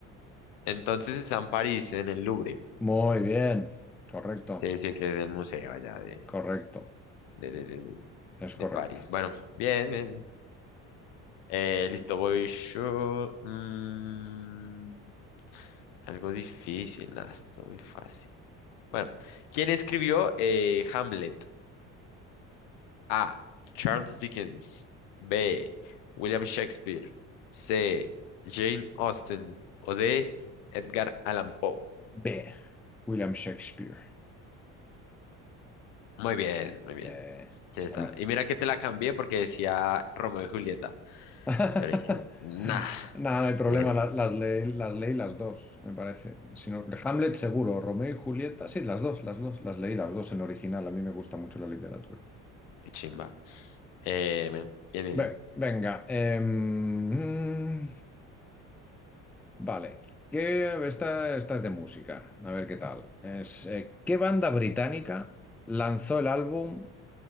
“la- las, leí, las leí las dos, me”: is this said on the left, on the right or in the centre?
Centre